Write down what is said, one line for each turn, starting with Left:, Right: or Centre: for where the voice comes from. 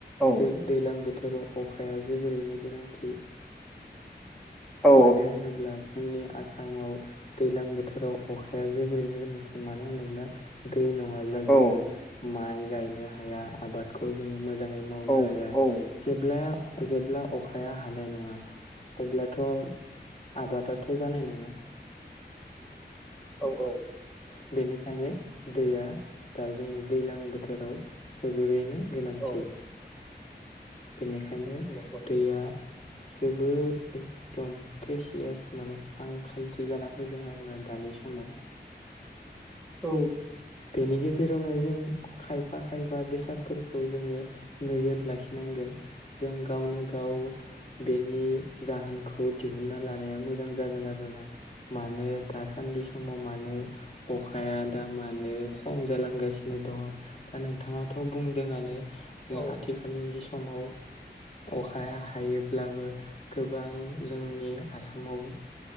Centre: औ
Left: दै दै्लां बोथोराव अखाया जोबोरैनो गोनांथि
Centre: औ
Left: मानो होनोब्ला जोंनि आसामाव दै्लां बोथोराव अखाया जोबोरैनो गोनांथि मानो होनोब्ला दै नङाब्ला जोङो
Centre: औ
Left: माइ गायनो हाया आबादखौ जोङो मोजाङै मावनो
Centre: औ
Left: हाया
Centre: औ
Left: जेल्बाया जेब्ला अखाया हानाय नङा अब्लाथ' आबादाथ' जानाय नङा
Centre: औ औ
Left: बेनिखायनो दैया दा जोंनि दैज्लां बोथोराव सोबोरैनो गोनांथि
Centre: औ औ
Left: बेनिखायनो
Centre: नंगौ नंगौ
Left: दैया जोबोर एकदम प्रेसियास माने आंखालथि जाना फैदों आरो ना दानि समाव
Centre: औ
Left: बेनि गेजेरावनो जों खायफा खायफा बेसाद फोरखौ जोङो नोजोर लाखिनांगोन जों गावनो गाव बेनि जाहोनखौ दिहुनना लानाया मोजां जागोन आरोना मानो दासान्दि समाव मानो अखाया दााने खम जालांगासिनो दङ दा नोंथाङाथ' बुंदोंआनो
Centre: औ नंगौ औ
Left: आथिखालनि समाव अखा हायोब्लाबो गोबां जोंनि आसामाव